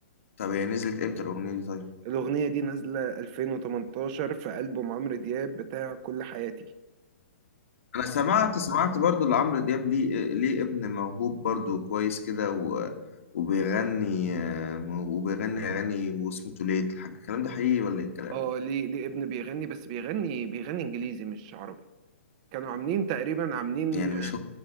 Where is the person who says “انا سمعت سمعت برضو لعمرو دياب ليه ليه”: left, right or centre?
Left